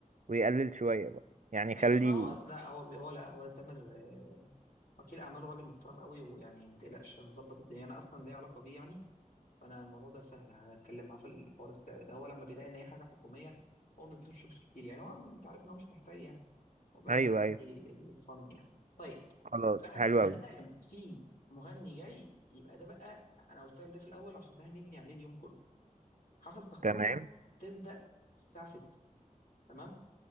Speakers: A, on the right; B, on the left.
A: ويقلل شويه بقى يعني
B: ماشي
A: يخلي
B: ما هو لا هو بي- هو لا هو تامر آه، وكيل اعماله راجل محترم قوي ويعني ما تقلقش هنظبط الدنيا انا اصلا ليا علاقه بيه يعني فانا الموضوع ده سهل هتكلم معاه في الحوار السعر ده هو لما بيلاقي ان هي حاجه حكوميه هو ما بيطلبش فلوس كتير يعني هو انت عارف ان هو مش محتاج يعني وبيعمل
A: ايوه
B: الحاجات
A: ايوه
B: دي الفن يعني طيب
A: خلاص
B: فانا
A: حلو
B: ما
A: قوي
B: دام في مغني جاي يبقى ده بقى انا قلت لك ده في الاول عشان ده هنبني عليه اليوم كله حفله التخرج
A: تمام
B: هتبدا الساعه 6 تمام